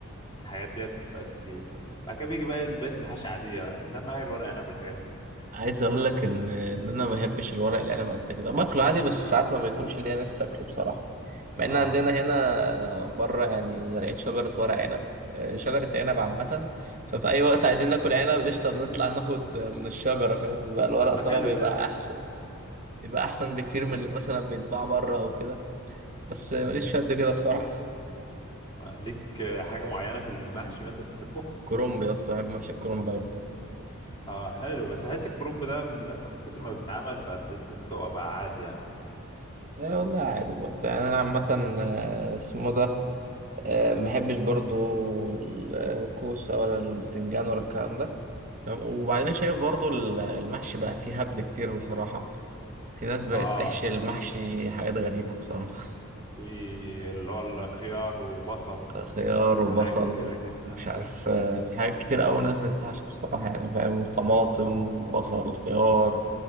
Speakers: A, on the left (about 20°); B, on the right (about 40°).
A: الحاجات ديت تبقى اساسيه بعد كده بيجي بقى إيه، بقيه المحاشي عاديه بقى بس اهم حاجه الورق عنب والحاجات دي
B: عايز اقول لك ان ان انا ما بحبش الورق العنب قد كده باكله عادي بس ساعات ما بيكونش ليا نفسي اكله بصراحه مع
A: اه
B: ان عندنا هنا بره يعني زارعين شجره ورق عنب آه، شجره عنب عامه ففي
A: <laughs>
B: اي وقت
A: أمم.
B: عايزين ناكل عنب قشطه بنطلع ناخد من الشجره فاهم وبيبقى الورق
A: طب ما
B: صالح
A: حلو
B: بيبقى
A: ده
B: احسن بيبقى احسن بكتير من
A: <laughs>
B: اللي مثلا بيتباع بره او كده بس آه،
A: أمم.
B: ماليش في قد كده بصراحه
A: ليك حاجة معينة في المحشي مثلا بتحبه؟
B: كرنب يا اسطى بحب محشي الكرنب أوي.
A: اه حلو بس احس الكرنب ده مثلا من كتر ما بيتعمل فتحس انت هو بقى عادي يعني
B: ايه والله عادي برضه يعني انا عامة آه، اسمه ده آه، محبش برضو الكوسة ولا البتنجان ولا الكلام ده وبعدين شايف برضو ال- المحشي بقى فيه هبد كتير بصراحة في ناس بقت
A: اه
B: تحشي المحشي حاجات غريبة بصراحة
A: في اللي هو الخيار وبصل
B: خيار
A: وفي
B: وبصل
A: حاجات كتيرة كده <laughs> آه.
B: مش عارف آه، في حاجات كتير أوي ناس بتتحشي بصراحة يعني فاهم طماطم بصل خيار